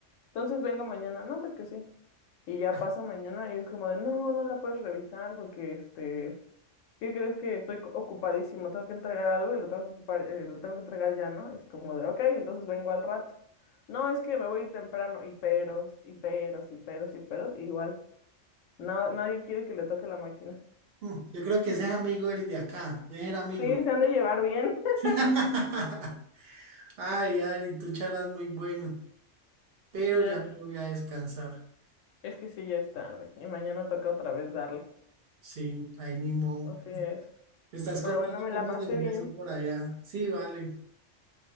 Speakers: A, on the left; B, on the right.
A: entonces venga mañana, no, pues que sí. Y ya
B: Ah,
A: pasa mañana y es como de, no, no la puedes revisar porque, este, ¿qué crees que estoy co- ocupadísimo? Tengo que entregar algo y lo tengo que ocupar, eh, lo tengo que entregar ya, ¿no? Y Es como de, ok, entonces vengo al rato. No, es que me voy a ir temprano y peros, y peros, y peros, y peros, igual. No, nadie quiere que le toque la máquina.
B: mm, yo creo que ese es amigo del de acá, ese era amigo.
A: Sí, se han de llevar bien.
B: <laughs>
A: <laughs>
B: Ay, Ari, tú charlas muy bueno, pero
A: ya
B: ya me voy a descansar.
A: Es que sí, ya es tarde y mañana toca otra vez darle.
B: Sí, ahí ni modo.
A: Así es.
B: Me estás
A: Pero
B: contando
A: bueno, me
B: cómo
A: la pasé
B: se mueve
A: bien.
B: eso por allá. Sí, vale,